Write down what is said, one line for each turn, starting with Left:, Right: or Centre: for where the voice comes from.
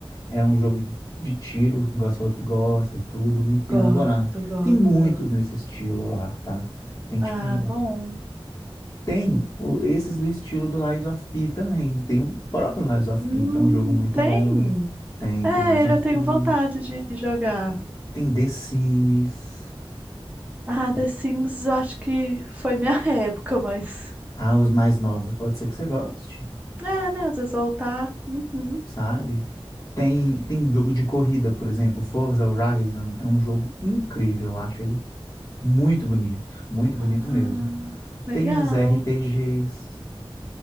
Left: É um jogo de tiro, igual você falou que gosta e tudo, muito bem
Right: gosto,
Left: elaborado.
Right: gosto,
Left: Tem muitos
Right: gosto.
Left: nesse estilo lá, tá? Tem tipo.
Right: Ah,
Left: muito.
Right: bom.
Left: Tem o- esses do estilo do Lies of P também. Tem o próprio Lies of
Right: Hum,
Left: P, que é um jogo muito
Right: tem.
Left: bom. Tem,
Right: É,
Left: tem Lies
Right: ele
Left: of
Right: eu tenho
Left: P.
Right: vontade de jogar.
Left: Tem The Sims.
Right: Ah, The Sims, eu acho que foi minha <laughs> época, mas.
Left: Ah, os mais novos pode ser que você goste,
Right: É, né? Às vezes voltar. Uhum.
Left: sabe? Tem, tem um jogo de corrida, por exemplo, Forza Horizon é um jogo incrível, eu acho ele muito bonito, muito bonito
Right: Ah,
Left: mesmo.
Right: legal.
Left: Tem uns RPGs